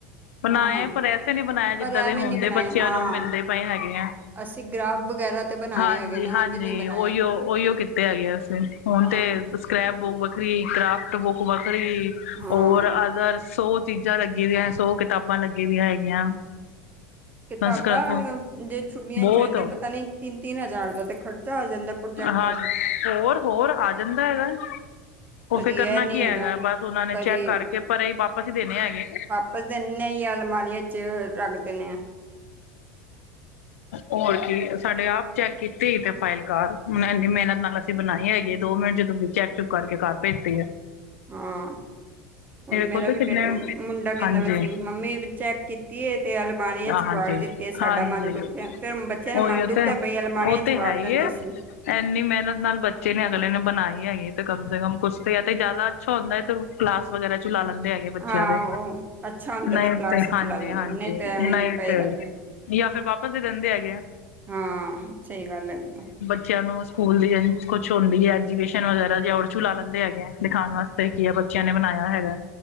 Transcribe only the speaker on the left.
ਬਣਾਏ
ਪਰ ਐਸੇ ਨੀ ਬਣਾਏ ਜਿੱਦਾਂ
ਦੇ
ਹੁੰਦੇ
ਬੱਚਿਆਂ
ਨੂੰ ਮਿਲਦੇ ਪਏ ਹੈਗੇ ਆ।
ਹਾਂਜੀ-ਹਾਂਜੀ
ਓਹੀਓ-ਓਹੀਓ ਕੀਤ ਆ ਗਿਆ ਸੀ ਹੁਣ
ਤੇ ਸਕ੍ਰੈਪ ਬੁੱਕ ਵੱਖਰੀ, ਕਰਾਫਟ ਬੁੱਕ ਵੱਖਰੀ
ਹੋਰ ਅਦਰ ਸੌ ਚੀਜ਼ਾਂ ਲੱਗੀ ਪੀਆ ਸੌ ਕਿਤਾਬਾਂ ਲੱਗੀ ਪੀਆ ਹੈਗੀਆਂ।
ਸੰਸਕ੍ਰਿਤ
ਬਹੁਤ
ਹਾਂ ਹੋਰ-ਹੋਰ ਆ ਜਾਂਦਾ ਹੈਗਾ।
ਉਹ ਫਿਰ ਕਨਾ
ਕੀ ਹੈਗਾ ਬਸ ਉਹਨਾ ਨੇ
ਚੈੱਕ ਕਰਕੇ ਪਰੇ ਹੀ ਵਾਪਸ ਹੀ ਦੇਣੇ ਹੈਗੇ।
ਹੋਰ ਕੀ ਸਾਡੇ ਆਪ ਚੈੱਕ ਕੀਤੀ ਤੇ ਫਾਈਲ ਘਾਰ ਹੁਣ ਇੰਨੀ ਮਿਹਨਤ ਨਾਲ ਅਸੀਂ ਬਣਾਈ ਹੈਗੀ ਦੋ ਮਿੰਟ ਚ ਤੂਸੀ ਚੈਪ-ਚੁੱਕ ਕਰਕੇ ਘਰ ਭੇਜ ਤੀ ਐ।
ਖੁਦ
ਕਿੰਨੇ
ਹਾਂਜੀ
ਹਾਂਜੀ
ਹਾਂਜੀ
ਉਹੀਓ
ਤੇ
ਉਹ
ਤੇ ਹੈ
ਈ
ਐ।
ਇੰਨੀ ਮਿਹਨਤ ਨਾਲ ਬੱਚੇ ਨੇ ਅਗਲੇ ਨੇ ਬਣਾਈ ਹੈਗੀ ਤੇ ਕਮ ਸੇ ਕਮ ਕੁਛ ਤੇ ਹੈ ਤੇ ਜ਼ਿਆਦਾ ਅੱਛਾ ਹੁੰਦਾ ਤੇ ਕਲਾਸ ਵਗੈਰਾ ਚ ਲਾ ਲੈਂਦੇ ਹੈਗੇ। ਤੇ ਬੱਚਿਆਂ
ਦੇ,
ਨਹੀਂ
ਤੇ
ਹਾਂਜੀ-ਹਾਂਜੀ।
ਨਹੀਂ
ਤੇ
ਜਾਂ ਫਿਰ ਵਾਪਸ ਦੇ ਦਿੰਦੇ ਹੈਗੇ ਆ।
ਬੱਚਿਆਂ ਨੂੰ ਸਕੂਲ ਦੀ ਕੁਛ ਹੁੰਦੀ ਹੈ ਐਗਜੀਬਿਸ਼ਨ ਵਗੈਰਾ ਜਾਂ ਓਚੂ ਲਾ ਲੈਂਦੇ ਹੈਗੇ ਹੈ ਦਿਖਾਣ ਵਾਸਤੇ। ਫੇਰ ਕੀ ਬੱਚਿਆਂ ਨੇ ਬਣਾਇਆ ਹੈਗਾ।